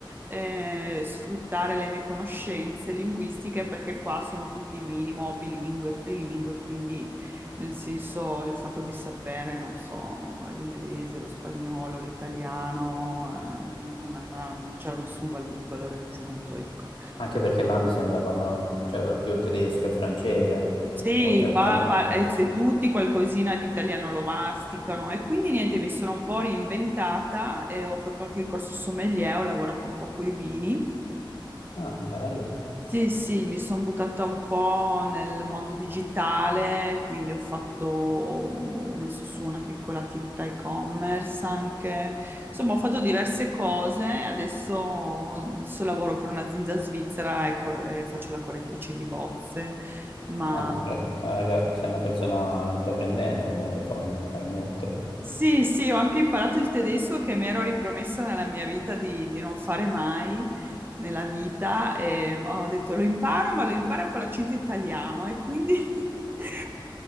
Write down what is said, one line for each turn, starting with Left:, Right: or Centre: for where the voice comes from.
Right: eh, sfruttare le mie conoscenze linguistiche perché qua sono tutti minimo bilingue, trilingue, quindi nel senso il fatto di sapere, non so, l'inglese, lo spagnolo, l'italiano, eh, non era- non c'era nessun val- valore aggiunto, ecco.
Left: Anche perché là mi sembra parlano, cioè, per lo più tedesco e francese,
Right: Sì,
Left: oltre all'italiano.
Right: qua par- eh, se tutti qualcosina di italiano lo masticano e quindi niente, mi sono un po' reinventata e ho fatto anche il corso sommelier, ho lavorato un po' con i vini.
Left: Ah, bello.
Right: Sì, sì, mi sono buttata un po' nel mondo digitale, quindi ho fatto, ho messo su una piccola attività e-commerce anche, insomma ho fatto diverse cose, adesso, adesso lavoro per un'azienda svizzera e, cor- e faccio la correttrice di bozze, ma...
Left: Ah, intra- sei, una raga- sei una persona intraprendente, comunque fa- fai molto.
Right: Sì, sì, ho anche imparato il tedesco che mi ero ripromessa nella mia vita di, di non fare mai nella vita. E ho detto lo imparo, ma lo imparo con l'accento italiano e quindi <laughs>